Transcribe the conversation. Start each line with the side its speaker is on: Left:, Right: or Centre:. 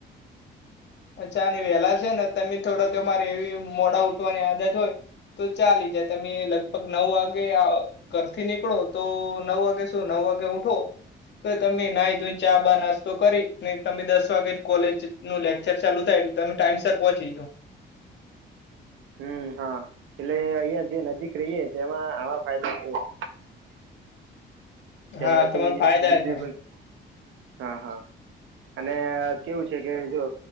Left: અચ્છા અને વેહેલા છે ને તમે થોડો તમારે એવી મોડા ઉઠવાની આદત હોય તો ચાલી જાય તમે લગભગ નવ વાગે આ ઘરથી નીકળો તો નવ વાગે શું નવ વાગે ઉઠો તો તમે નાઇધોઈન ચા બા નાસ્તો કરી ને તમે દસ વાગે કોલેજનું લેક કચર ચાલુ એટલે તમે ટાઈમસર પહોંચી જો.
Right: હમ્મ હા એટલે અહિયાં જે નજીક રહીએે તેમાં આવા ફાયદા હોય જેનાથી
Left: હા તમારા ફાયદા
Right: બીજું
Left: થાય
Right: પણ હા હા અને કેવું છે કે જો.